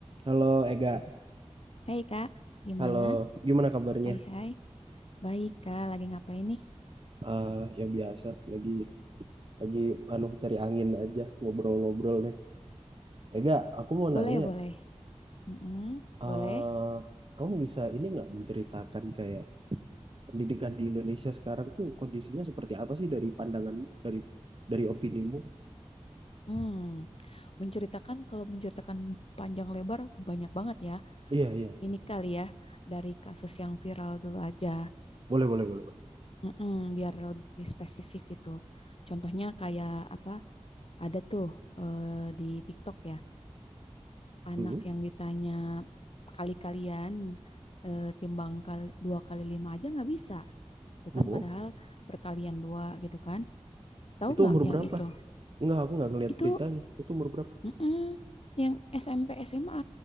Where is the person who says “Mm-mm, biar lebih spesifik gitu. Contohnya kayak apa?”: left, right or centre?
Left